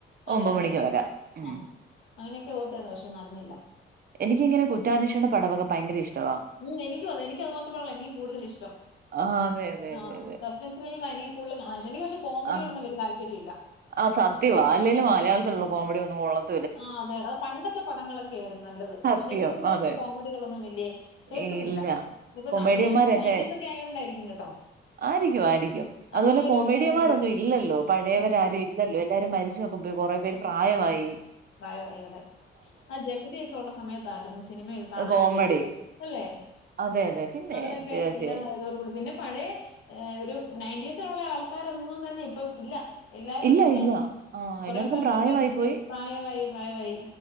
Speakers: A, on the left; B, on the right.
A: അതെ
B: ഒമ്പത്
A: അതെ
B: മണിക്ക് വരാം ഉം
A: ആ അങ്ങനെയൊക്കെ ഓർത്തേര്ന്നു പക്ഷെ നടന്നില്ല
B: എനിക്കിങ്ങനെ കുറ്റാന്വേഷണ പടമൊക്കെ ഭയങ്കര ഇഷ്ടവാ
A: ആഹ് എനിക്കും അതെ എനിക്കതുപോലത്തെ പടാ എനിക്ക് കൂടുതൽ ഇഷ്ടം
B: ആഹ് അതെ അതെ
A: ആഹ്
B: അതെ അതെ
A: ത്രൽ എനിക്ക് കൂടുതൽകാണാനിഷ്ടം എനിപഷേ കോമഡിയോടൊന്നുംവല്യ
B: ആഹ്
A: താല്പര്യല്ല
B: ആഹ് സത്യമാ അല്ലേലും മലയാളത്തിലുള്ള കോമഡി ഒന്നും കൊള്ളത്തി
A: ആ അതെ അത് പണ്ടത്തെ പടങ്ങളൊക്കെ ആയിരുന്നു നല്ലത്
B: സത്യം
A: പക്ഷെ ഇപ്പ ഇപ്പൊ
B: അതെ
A: കോമഡികളൊന്നും വല്യ ഏൽക്കുന്നില്ല
B: ഇല്ല
A: ഇനിപ്പൊ
B: കൊമേഡിയന്മാരൊക്കെ
A: നമ്മള് ചിലപ്പോ നയന്റീസ് ഒക്കെ ആയോണ്ടായിരിക്കും കേട്ടോ
B: ആയിരിക്കും ആയിരിക്കും അതുപോലെ
A: അതിന്റെ
B: കോമേഡിയന്മാരൊന്നും
A: ഒരു ഇതായിരിക്കും.
B: ഇല്ലല്ലോ പഴയവരാ
A: ഇല്ല ഇല്ല.
B: രും ഇല്ലല്ലോ എല്ലാരും മരിചോക്കെ പോയി കൊറേ പേര് പ്രായവായി
A: പ്രായവായി അതെ ആ ജഗതിയൊക്കെ ഉള്ള സമയത്തായിരുന്നു സിനിമയൊക്കെ കാണാൻ
B: കോമഡി.
A: അല്ലേ ഒരു അല്ലേ
B: അതെ, അതെ. പിന്നെ
A: അവരെക്കെ
B: തീർച്ചയായും.
A: ഇല്ലാതായതോടുകൂടി പിന്നെ പഴേഒരു നയന്റീസിലുള്ള ആൾക്കാരൊന്നും തന്നെ ഇപ്പം ഇല്ല എല്ലാരും
B: ഇല്ല,
A: തന്നെ
B: ഇല്ല. ആ
A: കൊറെ
B: എല്ലാവർക്കും
A: പേർക്കൊക്കെ
B: പ്രായമായി പോയി.
A: പ്രായവായി പ്രായവായി